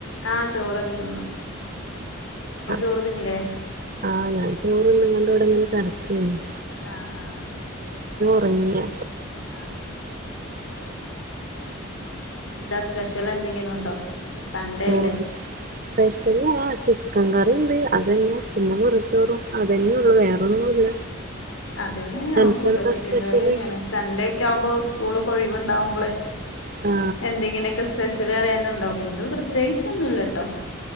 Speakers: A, on the left; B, on the right.
A: ആഹ് ചോറൊക്കെ തിന്നു ഇങ്ങള്
B: ആ
A: ചോറ് തിന്നില്ലേ
B: ആഹ് ഞാൻ ചോറ്ന്ന്ങ്കാണ്ട് ഇവീടിങ്ങനെ <inaudible>
A: ആഹ് ആഹ്
B: ഒങ്ങിയോ
A: ആഹ് ആ ആ ഇന്നെന്താ സ്പെഷ്യൽ എന്തെങ്കിലു ഉണ്ടോ ഇന്ന് സൺഡേ
B: ഓ
A: അല്ലേ
B: സ്പെഷ്യലാ ചിക്കൻ കറിയിണ്ട് അതന്നെ പിന്നെ വെറുംച്ചോറും അതന്നെയുള്ളൂ വേറൊന്നുല്ല
A: അതെന്നെയാണ് ഞങ്ങൾക്കുട്ടൊ
B: അനക്കെന്താ
A: ചിക്കൻ
B: സ്പെഷ്യല്
A: കറിന്നെയാണ് സൺഡേക്കെയാവുമ്പോ സ്കൂൾ ഒഴിവുണ്ടാവുമ്പോളെ
B: ആ
A: എന്തെങ്ങനെയൊക്കെ സ്പെ സ്പെഷ്യലറിയാന് ഉണ്ടാവും ഇന്ന് പ്രത്യേകിച്ചൊന്നുല്ലാട്ടോ